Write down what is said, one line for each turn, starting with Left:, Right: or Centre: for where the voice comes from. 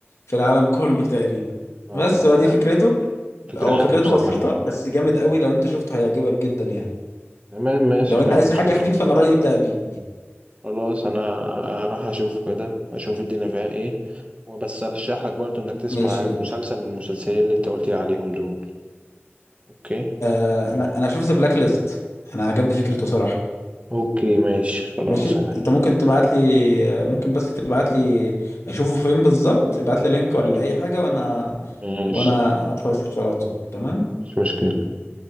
Left: في العالم كله تقريبا
Right: اه
Left: بس هو
Right: لا
Left: دي فكرته
Right: فكرة
Left: هو
Right: حلوة
Left: فكرته
Right: بصراحة
Left: بسيطه بس جامد قوي لو انت شفته هيعجبك جدا يعني
Right: تمام ماشي
Left: لو انت
Right: مفيش
Left: عايز
Right: مشكلة
Left: حاجه خفيفه انا رايي ابدا بيه
Right: خلاص انا هروح اشوفه كده اشوف الدنيا فيها ايه وبس ارشح لك برضو انك تسمع
Left: ماشي
Right: مسلسل من المسلسلين اللي انت قلت لي عليهم دول اوكي
Left: آه انا انا هشوف ذا بلاك ليست انا عجبني فكرته صراحه
Right: اوكي ماشي خلاص
Left: ماشي
Right: انا
Left: انت ممكن تبعت لي ممكن بس تبعت لي اشوفه فين بالظبط ابعت لي لينك
Right: إيه؟
Left: ولا اي حاجه وانا
Right: ماشي
Left: وانا ادخل اشوف على طول تمام
Right: مفيش مشكلة